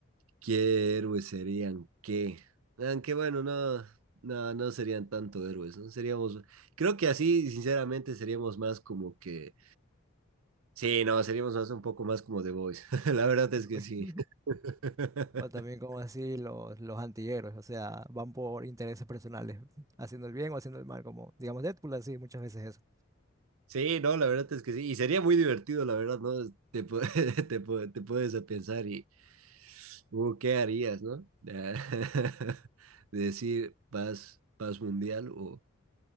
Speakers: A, on the right; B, on the right.
A: ¿qué héroes serían qué? Aunque bueno, no, no, no serían tanto héroes, ¿no? Seríamos, creo que así, sinceramente, seríamos más como que, sí, no, seríamos más un poco más como The Boys. <laughs> La verdad es
B: Me voy.
A: que sí. <laughs>
B: O también como así los, los antihéroes, o sea, van por intereses personales, haciendo el bien o haciendo el mal, como digamos Deadpool, así muchas veces eso.
A: Sí, no, la verdad es que sí. Y sería muy divertido, la verdad, ¿no? Te, pu- <laughs> te, pu- te puedes a pensar y, uh, ¿qué harías, no? <laughs> Decir paz, paz mundial o,